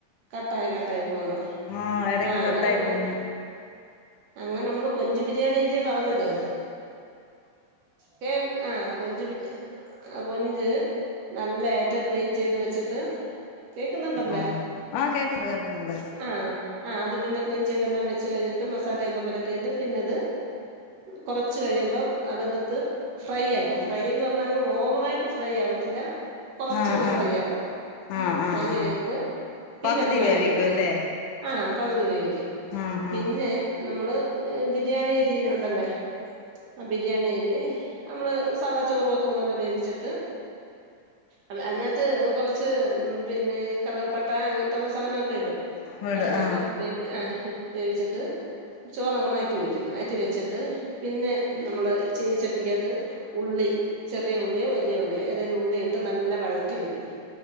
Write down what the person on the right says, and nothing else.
കട്ടായി കട്ടായി പോന്നോ
ആഹ്
അങ്ങനെ പോ
അങ്ങനെ നമ്മള് കൊഞ്ച് ബിരിയാണിയല്ലെ പറഞ്ഞത്. ക്കെ ആഹ് കൊഞ്ച് ബിരി ആ കൊഞ്ച് നല്ലേയിട്ട് ക്ലീൻ ചെയ്ത് വെച്ചിട്ട് കേൾക്കുന്നുണ്ടല്ലേ
ആഹ് ആഹ് അത് പിന്നെ ക്ലീൻ ചെയ്തെല്ലാം വെ ച്ച് കയിഞ്ഞിട്ട് മ സാലയൊക്കെ പുരട്ടിയിട്ട് പിന്നത് കൊറച്ച് കഴിയുമ്പം അതെട്ത്ത് ഫ്രൈ ആക്കും ഫ്രൈന്ന് പറഞ്ഞാ അങ്ങ് ഓവറായിട്ട് ഫ്രൈ ആവത്തില്ല കൊറച്ചൊന്ന്
ഫ്രൈ ആവും
ആഹ് ഫ്രൈ
ആയിട്ട് പിന്നത്
മാറ്റിവെക്കും
ആഹ പക് തി വേവി ക്കും
പിന്നെ
അമ്മള് ബിരിയാണിരി അരി ഉണ്ടല്ലേ ആ ബിരിയാണി അരി അമ്മള് സാധാ ചോറ് വെക്കുന്ന പോലെ വേവിച്ചിട്ട് അതി അതിനകത്ത് കൊറച്ച് പിന്നെ കറുക പ്പട്ട അങ്ങൻത്തുള്ള സാനൊക്കെ ടും
അതൊക്കെ
ട്ട് വേവ് ആ വേവിച്ചിട്ട് ചോറങ്ങ് മാറ്റി വെക്കും മാറ്റി വെച്ചിട്ട് പിന്നെ നമ്മള് ചീന ചട്ടിക്കകത്ത് ഉള്ളി ചെറിയ ഉള്ളിയോ വലിയ ഉള്ളിയോ ഏതേലും ഉള്ളി ഇട്ട് നല്ല വഴറ്റി വരും